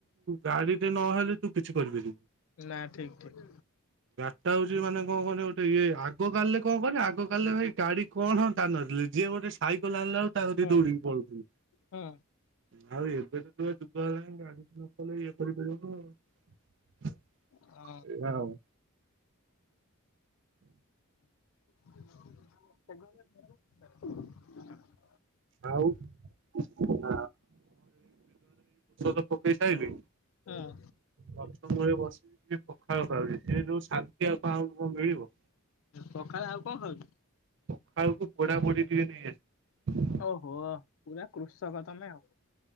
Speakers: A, on the right (about 55°); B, on the left (about 65°).
A: ଗାଡିଟେ ନହେଲେ ତୁ କିଛି କରିପାରିନି।
B: ନା ଠିକ୍ ଠିକ୍।
A: ତା ହଉଛି ମାନେ କଣ କହିଲୁ ତ ଇଏ ଆଗ କାଲିରେ କଣ କହନି ଆଗ କାଲିରେ ଭାଇ ଗାଡି କଣ ଜାଣିନଥିଲେ। ଯିଏ ଗୋଟେ ସାଇକଲ ଆଲା ଦୌଡିକି
B: ହୁଁ
A: ପଳୁଥିଲି
B: ହୁଁ
A: ଆଉ ଏ ଏବେ ଯୁଗ ହେଲାଣି ଗାଡ଼ି ଟେ ନକଲେ ଇଏ କରିପାରିବନି
B: ହଁ
A: ଆଉ ହଁ।
B: <inaudible> <inaudible>
A: ଆଉ ହ। <unintelligible> ତ ପକେଇ ସାରିଲି
B: ହୁଁ ହୁଁ।
A: ଗଛ ମୂଳେ ବସି ପଖାଳ ଖାଉଛି ସେ ଯୋଉ ଶାନ୍ତି ଆଉ କଣ ମିଳିବ।
B: ପଖାଳ ଆଉ କଣ ଖାଉଛୁ?
A: ପଖାଳକୁ ପୋଡ଼ା ପୋଡି ଟିକେ ନେଇ ଆସି
B: ଓହୋ ପୁରା କୃଷକ ତମେ ଆଉ।